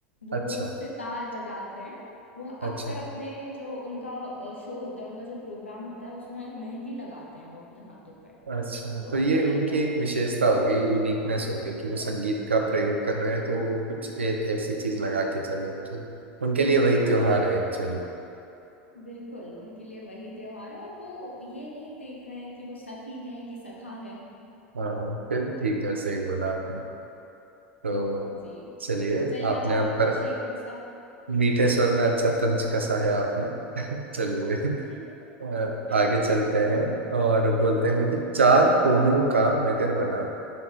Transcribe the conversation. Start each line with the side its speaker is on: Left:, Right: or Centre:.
Right: अच्छा
Left: वो सितार बजाते हैं वो
Right: अच्छा
Left: अक्सर अपने जो उनका अ, शो होता है उनका जो प्रोग्राम होता है उसमें मेहंदी लगाते हैं वो अपने हाथों पे
Right: अच्छा
Left: तो
Right: तो ये
Left: वही
Right: उनकी
Left: है
Right: एक विशेषता हो गई यूनिकनेस हो गई कि वो
Left: अ,
Right: संगीत का प्रयोग कर रहे हैं तो वो कुछ एक ऐसी चीज लगा के चले कि उनके लिए वही
Left: हाँ
Right: त्योहार
Left: ये
Right: है एक्चुअली
Left: बिल्कुल उनके लिए वही त्योहार है और वो ये नहीं देख रहे हैं कि वो सखी है कि सखा है
Right: हाँ हाँ, फिर ठीक है सही बोला आपने तो
Left: जी
Right: चलिए
Left: चलिए
Right: आपने
Left: अब आप
Right: हम
Left: पूछिए
Right: पर
Left: कोई सा
Right: मीठे स्वर में अच्छा तंज कसा है आपने <laughs> चलिए
Left: <laughs>
Right: अ,
Left: <laughs>
Right: आगे चलते हैं और बोलते हैं कि चार कोनों का नगर बना